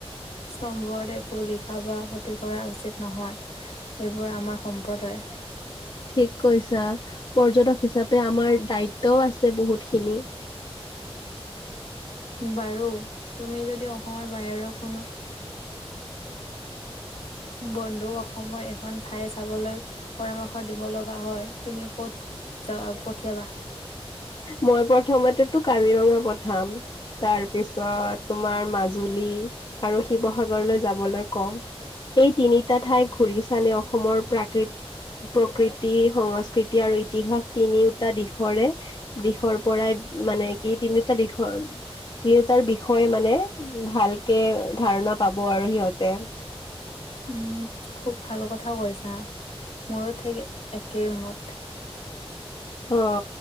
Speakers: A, on the left (about 85°); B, on the left (about 45°).
A: স্তম্ভত একো লিখা বা ক্ষতি কৰা উচিত নহয় এইবোৰ আমাৰ সম্পদ আ <unintelligible>
B: ঠিক কৈছা পৰ্যটক হিচাপে আমাৰ দায়িত্বও আছে বহুতখিনি। <inaudible>
A: বাৰু তুমি যদি অসমৰ বাহিৰৰ কোনো
B: <inaudible>
A: বন্ধু অসমৰ এখন ঠাই চাবলৈ পৰামৰ্শ দিব লগা হয়, তুমি কত যা পঠিয়াবা?
B: মই প্ৰথমতেতো কাজিৰঙা পঠাম তাৰ পিছত তোমাৰ মা জুলী আৰু শিৱসাগৰলৈ যা বলৈ কম। এই তিনিটা ঠাই ঘূৰি চালে অসমৰ প্ৰাকৃ প্ৰকৃতি সংস্কৃতি আৰু ইতিহাস তিনিওটা দিশৰে দিশৰ পৰাই মানে ই তিনিওটা দিশৰ তিনিওতাৰ বিষয়ে মানে ভালকে ধাৰণা পাব আৰু সিহঁতে।
A: উম। খুব ভাল কথা কৈছা মোৰো ঠিক একেই মত।
B: অ